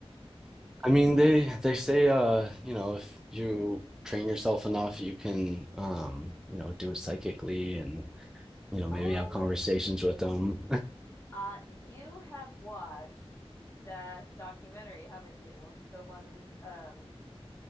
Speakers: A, in the centre; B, on the left.
A: I mean, they they say, uh, you know, if you train yourself enough, you can, um, you know, do it psychically and, you know,
B: Oh,
A: maybe have conversations with them.
B: Uh, you have watched that documentary, haven't you? The one, um,